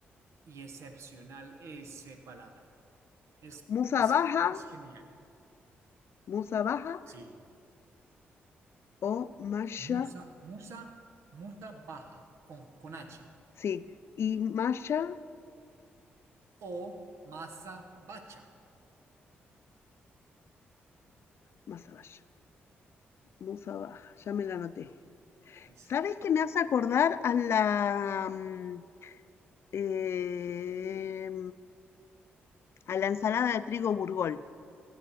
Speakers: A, on the right (about 75°); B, on the left (about 60°).
A: y excepcional ese paladar. Es,
B: Musa
A: es,
B: baja,
A: es genial.
B: musa baja.
A: Sí.
B: o Masha,
A: Musa, musa, musa baja con, con H
B: sí, y Masha,
A: o masa bacha.
B: Masabaya, Musabaja, ya me la anoté.
A: Es,
B: ¿Sabes qué me hace acordar a la, mm, eh, a la ensalada de trigo burgol?